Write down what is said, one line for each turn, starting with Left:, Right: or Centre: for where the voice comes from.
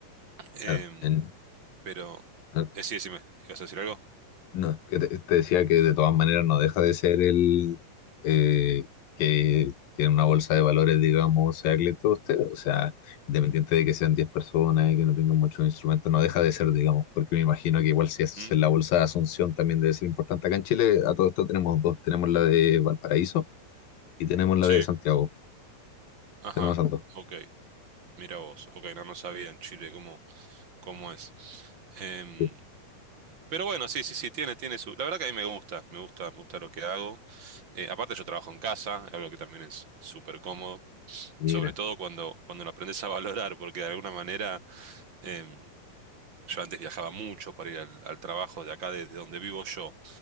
Right: Em,
Left: claro. En-
Right: pero,
Left: no,
Right: eh, sí, decime, ¿ibas a decir algo?
Left: No, que te, te decía que de todas maneras no deja de ser el eh, que tiene una bolsa de valores, digamos, sea cliente de usted, o sea, independiente de que sean 10 personas y que no tengan muchos instrumentos, no deja de ser, digamos, porque me imagino que igual si es
Right: ¿Mm?
Left: en la bolsa de Asunción también debe ser importante. Acá en Chile a todo esto tenemos dos, tenemos la de Valparaíso y tenemos la
Right: Sí,
Left: de Santiago,
Right: ajá,
Left: tenemos esas dos.
Right: ok, mira vos, ok, no, no sabía en Chile cómo, cómo es. Em,
Left: Sí,
Right: pero bueno, sí, sí, sí, tiene, tiene su... La verdad que a mí me gusta, me gusta, me gusta lo que hago. Eh, aparte yo trabajo en casa, algo que también es súper cómodo,
Left: Mira,
Right: sobre todo cuando, cuando lo aprendes a valorar, porque de alguna manera... em, yo antes viajaba mucho para ir al, al trabajo de acá, desde donde vivo yo.